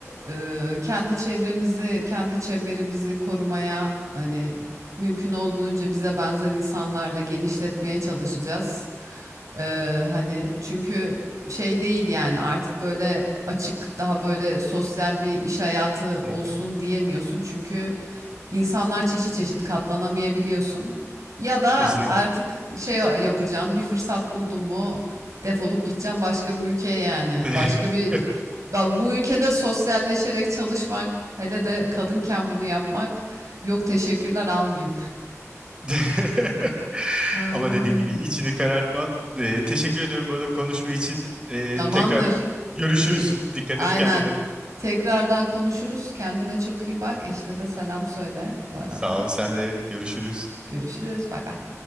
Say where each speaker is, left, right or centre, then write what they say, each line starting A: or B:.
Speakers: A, on the right; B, on the right.
A: e, kendi çevremizi, kendi çemberimizi korumaya hani mümkün olduğunca bize benzer insanlarla genişletmeye çalışacağız. Ee, hani çünkü şey değil yani artık böyle açık daha böyle sosyal bir iş hayatı olsun
B: Hı hı.
A: diyemiyorsun. Çünkü insanlar çeşit çeşit katlanamayabiliyorsun. Ya da
B: Kesinlikle.
A: artık şey yapacaksın bir fırsat buldun mu defolup gideceksin başka bir ülkeye yani.
B: <laughs>
A: Başka bir Ba- bu ülkede sosyalleşerek çalışmak hele de kadınken bunu yapmak yok teşekkürler almayayım.
B: <laughs>
A: Aynen
B: Ama dediğim
A: öyle.
B: gibi içini karartma. Ee, teşekkür ediyorum bu arada konuşma için. Ee,
A: Tamamdır.
B: tekrar görüşürüz.
A: Gö-
B: Dikkat
A: Aynen.
B: et kendine.
A: Tekrardan konuşuruz. Kendine çok iyi bak. Eşine de selam söyle bu arada.
B: Sağ ol sen de görüşürüz.
A: Görüşürüz. Bay bay.